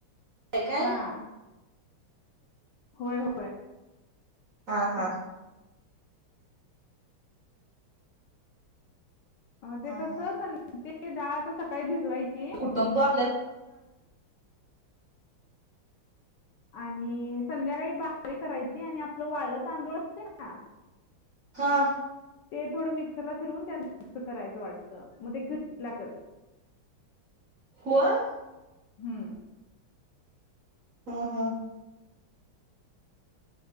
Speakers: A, on the right; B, on the left.
A: काय काय?
B: हां. होय औ
A: हांहां.
B: अं
A: हा
B: ते कसं
A: हा
B: सं ते डाळ अता सकाळी भिजवायची
A: कुटुंब <inaudible>
B: आणि संध्याकाळी बारीक करायची, आणि आपलं वाळलं तांदूळ असतेयं नां
A: हां.
B: ते थोडं मिक्सरला फिरवून त्यात मिक्स करायचं वाटतं, मग ते क्रि <inaudible> लागत
A: होय.
B: हुं.
A: हां हां.